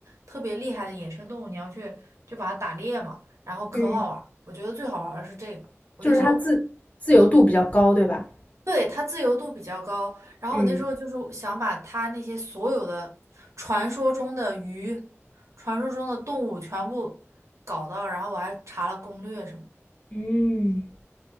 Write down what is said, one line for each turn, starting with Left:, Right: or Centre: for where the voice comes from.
Right: 特别厉害的野生动物，你要去就把它打猎嘛，然后可好玩儿。
Left: 嗯，
Right: 我觉得最好玩儿的是这个。我那时候
Left: 就是它自自由度比较高，对吧？
Right: 对，它自由度比较高。然后我那时候就是想把它那些所有的传说中的鱼、
Left: 嗯
Right: 传说中的动物全部搞到，然后我还查了攻略什么的
Left: 嗯，